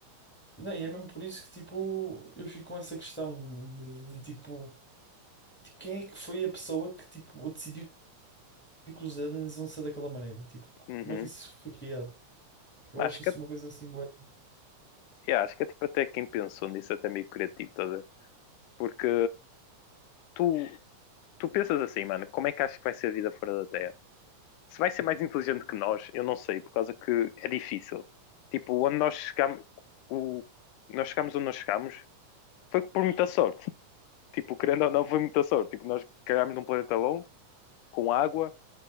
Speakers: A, in the centre; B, on the left.
A: Não, e é mesmo por isso que, tipo, eu fico com essa questão de, de, tipo... Tipo, quem é que foi a pessoa que, tipo, decidiu que os aliens iam ser daquela maneira. Tipo, como
B: uhum.
A: é que isso foi criado? Tipo,
B: Acho
A: eu acho isso
B: que,
A: uma coisa assim boa.
B: yeah, acho que é tipo até quem pensou nisso até meio criativo, estás a ver? Porque tu, tu pensas assim, mano, como é que achas que vai ser a vida fora da Terra? se vai ser mais inteligente que nós, eu não sei, por causa que é difícil. Tipo, onde nós chegamos, o, nós chegamos onde nós chegamos, foi por muita sorte. Tipo, querendo ou não, foi muita sorte. Tipo, nós cagámos num planeta bom, com água,